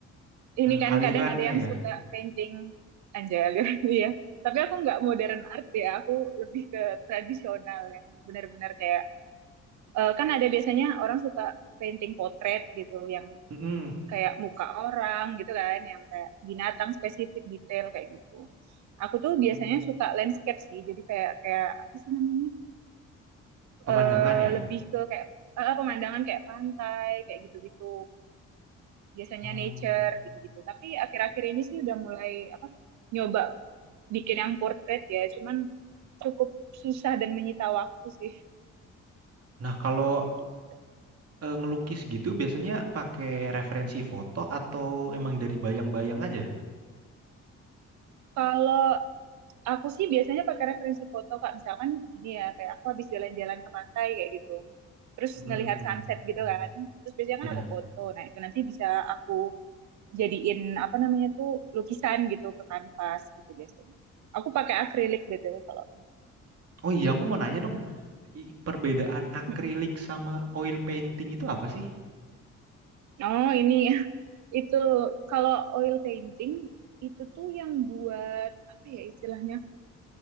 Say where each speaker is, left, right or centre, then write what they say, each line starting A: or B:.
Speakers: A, on the right; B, on the right.
A: ini
B: eh,
A: kan
B: alirannya
A: kadang ada yang
B: ya.
A: suka painting anjali <laughs> gitu ya. Tapi aku nggak modern art ya, aku lebih ke tradisional yang benar-benar kayak eh, kan ada biasanya orang suka painting potret gitu yang
B: Mm-mm.
A: kayak muka orang gitu kan, yang kayak binatang spesifik detail kayak gitu. Aku tuh
B: Hmm.
A: biasanya suka landscape sih, jadi kayak kayak apa sih namanya?
B: Pemandangan
A: eh
B: ya.
A: lebih ke kayak eh, pemandangan kayak pantai kayak gitu-gitu biasanya
B: Hmm.
A: nature gitu-gitu. Tapi akhir-akhir ini sih udah mulai apa nyoba bikin yang portrait ya, cuman cukup susah dan menyita waktu sih.
B: Nah, kalau
A: Jadi ya gitu.
B: eh, ngelukis gitu biasanya pakai referensi foto atau emang dari bayang-bayang aja?
A: Kalau aku sih biasanya pakai referensi foto Kak, misalkan gini ya, kayak aku habis jalan-jalan ke pantai kayak gitu. Terus
B: Hmm.
A: ngelihat sunset
B: Hmm.
A: gitu kan. Terus biasanya
B: Ya.
A: kan aku foto. Nah, itu nanti bisa aku jadiin apa namanya tuh lukisan gitu ke kanvas gitu biasanya. Aku pakai akrilik BTW kalau
B: Oh iya, aku
A: itu.
B: mau nanya dong. i- perbedaan akrilik
A: Mm-mm.
B: sama oil painting itu apa sih?
A: Oh, ini <laughs> Itu kalau oil painting itu tuh yang buat apa ya istilahnya?